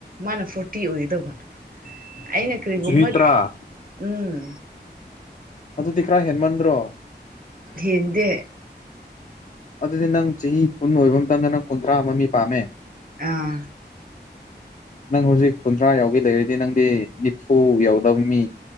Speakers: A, on the right; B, on the left.
A: ꯃꯥꯅ ꯐꯣꯔꯇꯤ ꯑꯣꯏꯒꯗꯕ ꯑꯩꯅ ꯀꯔꯤꯒꯨꯝꯕ
B: ꯆꯍꯤ ꯇꯔꯥ
A: ꯎꯝ ꯎ
B: ꯑꯗꯨꯗꯤ ꯈꯔ ꯍꯦꯟꯃꯟꯗ꯭ꯔꯣ
A: ꯍꯦꯟꯗꯦ
B: ꯑꯗꯨꯗꯤ ꯅꯪ ꯆꯍꯤ ꯀꯨꯟ ꯑꯣꯏꯕ ꯃꯇꯝꯗ ꯅꯪ ꯀꯨꯟꯊ꯭ꯔꯥ ꯃ ꯃꯤ ꯄꯥꯝꯃꯦ
A: ꯑꯥ
B: ꯅꯪ ꯍꯧꯖꯤꯛ ꯀꯨꯟꯊ꯭ꯔꯥ ꯌꯥꯎꯒꯤ ꯂꯩꯔꯤꯗꯤ ꯅꯪꯗꯤ ꯅꯤꯐꯨ ꯌꯥꯎꯗꯕ ꯃꯤ